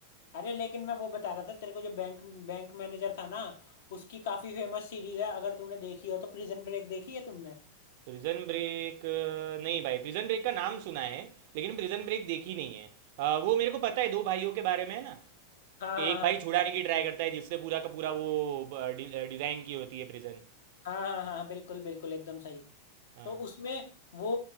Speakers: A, on the left; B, on the right.
A: अरे लेकिन मैं वो बता रहा था तेरे को जो बैंक बैंक मैनेजर था ना उसकी काफी फेमस सीरीज है अगर तूने देखी हो तो प्रिजन ब्रेक देखी है तुमने
B: Prison Break नहीं भाई प्रिजन ब्रेक का नाम सुना है लेकिन प्रिजन ब्रेक देखी नहीं है अ, वो मेरे को पता है दो भाइयों के बारे में है ना
A: हाँ
B: एक
A: हाँ हाँ
B: भाई छुड़ाने की ट्राई करता है जिससे पूरा का पूरा वो अ, डि, अ, डिज़ाइन की होती है प्रिजन
A: हाँ हाँ हाँ बिल्कुल बिल्कुल एकदम सही
B: हाँ
A: तो उसमें वो